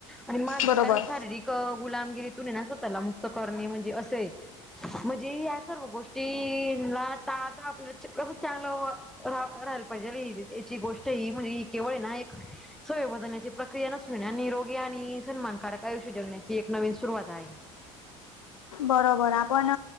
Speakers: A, in the centre; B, on the left.
A: आणि मानसिक
B: बरोबर
A: आणि शारीरिक क.. गुलामगिरी तुन स्वतःला मुक्त करणे म्हणजे असंय. म्हणजे या सर्व गोष्टीला ता.. ता.. आपलं कस चांरलंव रा.. राहायला पाहिजे याची गोष्ट ही म्हणजे केवळ आहे ना एक सोयबधण्याची प्रक्रिया नसून आणि निरोगी आणि सन्मानकारक आयुष्य जगण्याची एक नवीन सुरुवात आहे.
B: बरोबर आपण..